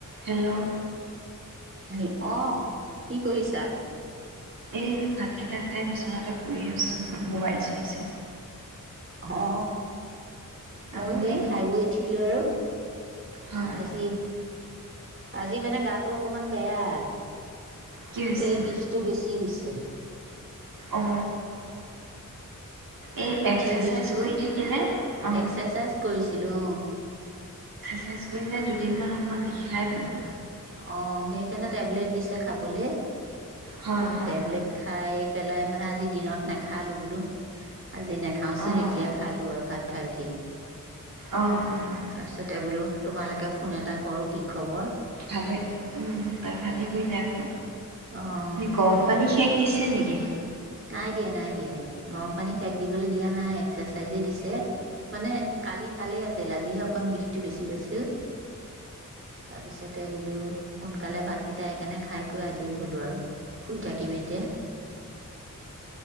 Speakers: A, on the right; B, on the right.
A: Hello
B: hello অ কি কৰিছা
A: এই ভাতকেইটা খাই বিচনাতে শুই আছোঁ মোবাইল চাই চাই
B: অ মই
A: আপুনি?
B: সে খাই বৈ উঠিলো আৰু
A: হয়,
B: আজি আজি মানে গাটো অকমান বেয়া
A: কি হৈছে?
B: এই বিষটো বেছি হৈছে
A: অ'। এই
B: পিঠি
A: এক্সাৰচাইজ
B: বিষটো
A: কৰি থাকিলে অঁ
B: এক্সাৰচাইজ কৰিছিলো
A: ৰেষ্ট কৰিলে দুদিনমান অকণ বিখাই বোলে
B: অ সেইকাৰণে টেবলেট দিছে খাবলে
A: হয়
B: এই
A: হয়
B: টেবলেট খাই পেলাই মানে আজি দিনত নাখালো বোলো আজি নাখাওচোন
A: অঁ
B: এতিয়া খালো আৰু ভাত খাই উঠি
A: অঁ অঁ
B: তাৰপিছতে বোলো তোমালোকে ফোন এটা কৰো কি খবৰ
A: ভালেই তই ভালেই কৰিলি আকৌ
B: অ'
A: সি গৰম পানী সেষ দিছে নেকি কি
B: নাই দিয়া নাই দিয়া গৰম পানী সেক দিবলৈ দিয়া নাই এক্সাৰচাইজে দিছে মানে কালি ভালেই আছিল আজিহে অকন বিষটো বেছি পাইছো তাৰপিছতে বোলো সোনকালে ভাতকেইটা সেইকাৰণে খাইকৈ আজৰি হলো আৰু শুই থাকিম এতিয়া